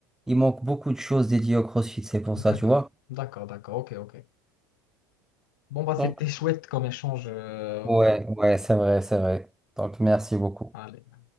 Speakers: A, in the centre; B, on the left (about 70°).
A: il manque beaucoup de choses dédiées au CrossFit, c'est pour
B: D'accord,
A: ça, tu vois.
B: d'accord, d'accord, ok, ok. Bon bah
A: Donc,
B: c'était <laughs> chouette comme échange. euh,
A: Ouais, ouais, c'est vrai, c'est vrai. Donc, merci beaucoup.
B: Allez.